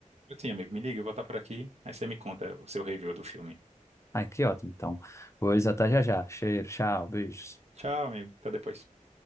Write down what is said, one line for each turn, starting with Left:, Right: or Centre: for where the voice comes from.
Right: Eu tinha, amigo. Me liga, eu vou estar por aqui. Aí você me conta o seu review do filme.
Left: Ai, que ótimo. Então, vou até já já. Cheiro, tchau, beijos.
Right: Tchau, amigo. Até depois.